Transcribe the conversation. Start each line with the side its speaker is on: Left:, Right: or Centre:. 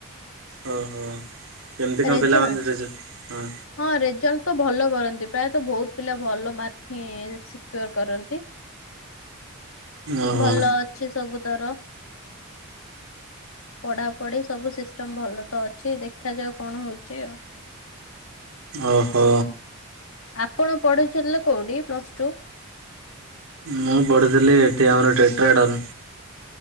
Right: ଓହୋ କେମିତି କଣ
Left: ରେଜଲ୍ଟ
Right: ପିଲାମାନେ ରେଜ ହଁ।
Left: ହଁ ରେଜଲ୍ଟ ତ ଭଲ କରନ୍ତି ପ୍ରାୟତଃ ବହୁତ ପିଲା ଭଲ ମାର୍କ ହ‌। କରନ୍ତି
Right: ଓହୋ
Left: ଭଲ ଅଛି ସବୁ ତର। ପଢା ପଢି ସବୁ ସିଷ୍ଟମ ଭଲ ତ ଅଛି ଦେଖାଯାଉ କଣ ହଉଛି ଆଉ।
Right: ଓହୋ।
Left: ଆପଣ ପଢୁଛନ୍ତି କୋଉଠି ପ୍ଲସ ଟୁ?
Right: ମୁଁ ପଢ଼ୁଥିଲି ଏଠି ଆମର ଟ୍ରେକ୍ଟର ଆଡ଼ଡନ୍।